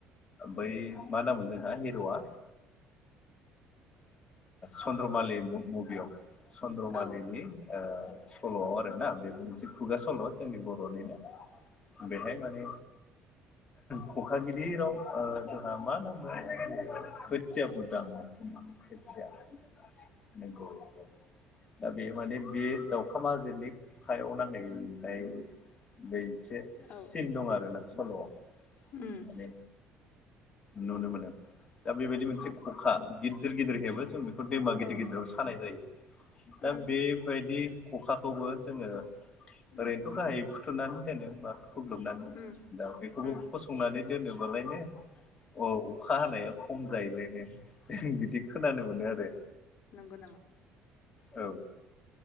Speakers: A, on the left; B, on the left.
A: बै मा नामोन जोंहा हिर'आ चन्द्रमालि मुभियाव चन्द्रमालिनि
B: औ
A: सल' आरोना बेबो मोनसे खुगा सल' जोंनि बर'निनो बेहाय माने खखागिरि राव जोंहा मा नामो खोथिया भुदां <unintelligible> <unintelligible> <unintelligible> दा बे माने बे दाउखा माजोनि खायाव नांहैनाय बे एसे
B: ओं
A: सिन
B: ओ औ
A: दं आरोना सल'आव
B: उम।
A: माने नुनो मोनो दा बेबायदि मोनसे
B: औ
A: खखा गिदिर गिदिर हेबो जों बेखौ दैमा गिदिर
B: औ
A: गिदिराव सानाय जायो। दा
B: उम
A: बेबायदि खखाखौबो जोङो
B: उम
A: ओरैनोथ' गाहाय बुथुनानै दोनो बा खग्लोबनानै दोनो
B: उम
A: दा बेखौबो
B: उम
A: फसंनानै दोनोबालायनो अ अखा हानाया खम जायोलायनो बिदि खोनानो मोनो आरो।
B: नंगौ नामा
A: औ